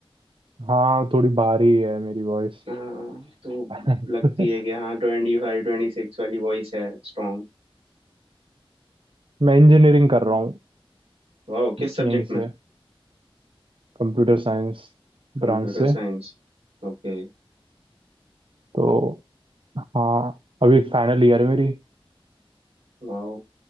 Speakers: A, on the right; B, on the right.
A: हाँ थोड़ी भारी है मेरी वॉइस
B: हाँ, तो
A: <laughs>
B: लगती है कि हाँ ट्वेंटी फाइव ट्वेंटी सिक्स वाली वॉइस है स्ट्रॉन्ग
A: मैं इंजीनियरिंग कर रहा हूँ
B: वाह किस सब्जेक्ट
A: यहीं
B: में
A: से कंप्यूटर साइंस
B: Computer
A: ब्रांच से
B: science ओके
A: तो हाँ अभी फाइनल ईयर है मेरी
B: वाह